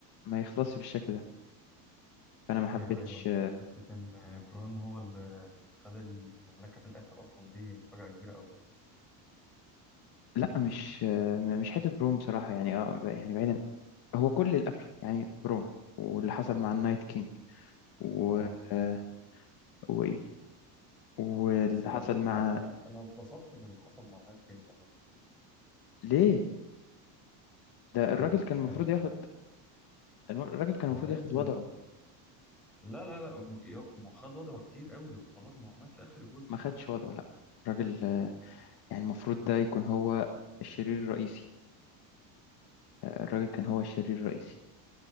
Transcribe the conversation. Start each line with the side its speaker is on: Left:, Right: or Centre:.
Left: ما يخلصش بالشكل ده فأنا ما حبيتش
Centre: ايوه ايوه حته ان بران هو اللي خد المملكه في الاخر اصلا دي مفاجاه كبيره قوي
Left: لا مش آه، مش حتة برون بصراحة يعني اه ب- يعني بعيدا هو كل القفل يعني برون واللي حصل مع النايت كينج و...
Centre: اه
Left: آه، وإيه واللي
Centre: بس ميرلو
Left: حصل مع
Centre: يعني انا انا اتبسطت من اللي حصل مع نايت كينج والله
Left: ليه ده الراجل
Centre: ما هو ما هو
Left: كان المفروض
Centre: كان-
Left: ياخد الراجل كان
Centre: ما
Left: المفروض
Centre: هو لازم
Left: ياخد وضعه
Centre: لا لا لا يا- ما هو خد وضعه كتير قوي وخلاص ما هو مات في اخر جزء
Left: ما خدش وضعه لا الراجل آه، يعني المفروض ده يكون هو الشرير الرئيسي الراجل كان هو الشرير الرئيسي